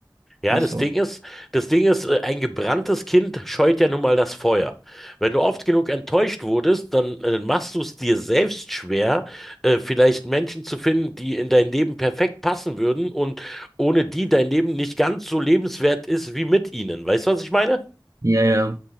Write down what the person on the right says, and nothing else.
Also.
Ja, ja.